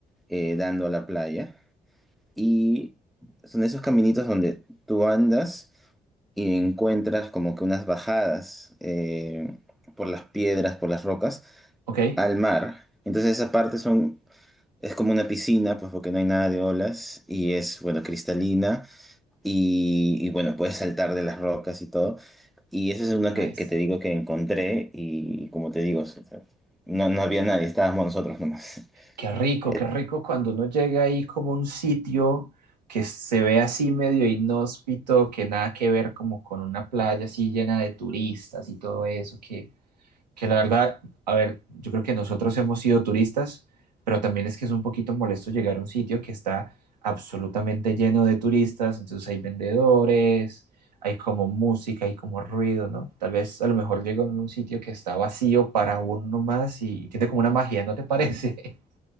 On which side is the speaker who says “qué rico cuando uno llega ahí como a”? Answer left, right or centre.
Right